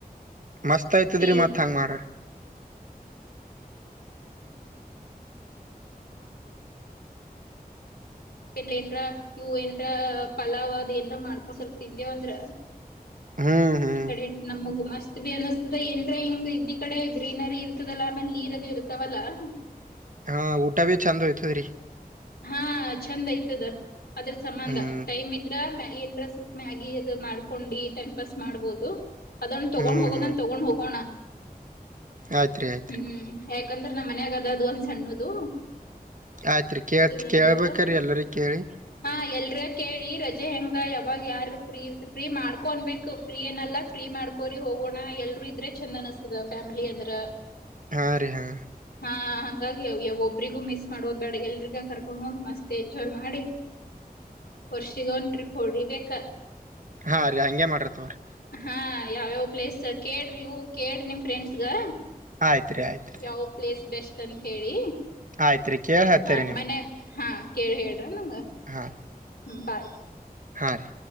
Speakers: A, on the right (about 55°); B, on the left (about 85°).
A: ಮಸ್ತ್ ಆಯ್ತದ
B: ಟೀ
A: ರೀ ಮತ್ತೆ ಹಂಗೆ ಮಾಡಿರಿ
B: ಎಲ್ಲ ಏನ್ರ ಇವು ಏನರ ಪಲಾವ್ ಅದ ಏನರ ಮಾಡ್ಕೊಂಡ್ ಸ್ವಲ್ಪ ತಿಂದೇವಂದ್ರ
A: ಹ್ಮ್ ಹ್ಮ್
B: ಇ ಕಡೆ ನಮಮ್ಮಗ ಮಸ್ತ್ ಬಿ ಅನಿಸ್ತದೆ ಎಏನ್ ಹಿಂಗ್ ಇದೀ ಕಡೆ ಗ್ರೀನರಿ ಇರ್ತದಲ್ಲಾ ಆಮೇಲೆ ನೀರ್ ಅದು ಇರ್ತವಲ್ಲ ಹ
A: ಹಾ ಊಟ ಭ ಚಂದ್ ಹಯ್ತದ ರೀ
B: ಹಾ ಚಂದ ಯ್ತದ ಅದ್ರ ಸಂಬಂಧ
A: ಹ್ಮ್
B: ಟೈಮ್ ಇದ್ರ ಏನ್ರ ಸ್ವಲ್ಪ ಮ್ಯಾಗಿ ಅದು ಮಾಡ್ಕೊಂಡು ಟೈಮ್ ಪಾಸ್ ಮಾಡ್ಬೋದು ಅದನ್ನ ತಗೊಂಡ್
A: ಹ್ಮ್
B: ಹೋಗೋದನ್
A: ಹ್ಮ್
B: ತಗೊಂಡ್ ಹೋಗೋಣ
A: ಆಯ್ತ್ರಿ ಆಯ್ತ್ರಿ
B: ಹ್ಮ್ ಯಾಕಂದರೆ ನಮ್ಮ ಮನ್ಯಾಗ ಅದ ಅದು ಒಂದ್ ಸಣ್ಣದು
A: ಆಯ್ತು ರೀ ಕೇ
B: ಸಿಲಿಂಡರ್
A: ಕೇಳ್ಬೇಕ್ರೀ ಎಲ್ಲರಿ ಕೇಳಿ
B: ಹಾ ಎಲ್ರ ಕೇಳಿ ರಜೆ ಹೆಂಗ ಯಾವಾಗ ಯಾರ ಫ್ರೀ ಇರ್ತ ಫ್ರೀ ಮಾಡ್ಕೊಬೇಕು ಫ್ರೀ ಏನಲ್ಲ ಫ್ರೀ ಮಾಡ್ಕೋರಿ ಹೋಗೋಣ ಎಲ್ರುೂ ಇದ್ರೆ ಚಂದ ಅನಸ್ತದ ಫ್ಯಾಮಿಲಿ ಅಂದ್ರ
A: ಹಾ ರೀ ಹಾ
B: ಹಾ ಹಂಗಾಗಿ ಒಬ್ರಿಗೂ ಮಿಸ್ ಮಾಡೋಧ್ ಬ್ಯಾಡ ಎಲ್ರಿಗ ಕರ್ಕೊಂಡ್ ಹೋಗ್ ಮಸ್ತ್ ಎಂಜಾಯ್ ಮಾಡಿ ವರ್ಷಿಗ ಒನ್ ಟ್ರಿಪ್ ಹೊಡಿಬೇಕ
A: ಹಾಂ ರೀ ಹಂಗೆ ಮಾಡ ರೀ. ತೋರಿ
B: ಹಾ ಯಾವ್ಯಾವ್ ಪ್ಲೇಸ್ ಕೇಳ್ರಿವು ಕೇಳ್ರಿ ನಿಮ್ ಫ್ರೆಂಡ್ಸ್ಗಗ
A: ಆಯ್ತ್ ರೀ ಆಯತು
B: ಯಾವ ಪ್ಲೇಸ್ ಬೆಸ್ಟ್ ಅಂತ ಹೇಳಿ
A: ಆಯ್ತ್ರಿ ಕೇಳಿ ಹೇಳ್ತೇರಿ
B: ಹ
A: ನಿಮ್ಗ್
B: ಮನ್ಯಾಗ ಹಾ ಕೇಳಿ ಹೇಳ್ರ ನಂಗ
A: ಹಾ
B: ಹ್ಮ ಬಾಯ್
A: ಹಾಂ ರೀ